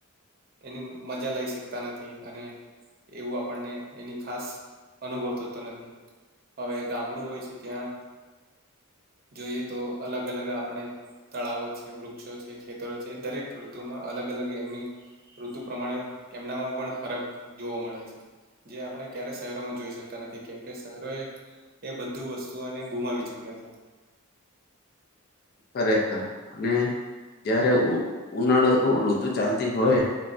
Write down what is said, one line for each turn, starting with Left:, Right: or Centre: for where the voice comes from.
Right: એની મજા લઈ શકતા નથી અને એવું આપણને એની. ખાસ અનુભવ થતો નથી હવે ગામડું હોય છે ત્યાં. જોઈએ તો અલગ અલગ આપણે. તળાવો છે વૃક્ષો છે ખેતરો છે દરેક ઋતુમાં અલગ અલગ એમની. ઋતુ પ્રમાણે એમનામાં પણ ફરક જોવા મળે છે જે આપણે ક્યારે શહેરોમાં જોઈ શકતા નથી કેમકે શહેરો એ બધું વસ્તુઓને ગુમાવી ચુક્યા છે
Left: ખરેખર અને જયારે ઉનાળો ઋતુ ચાલતી હોય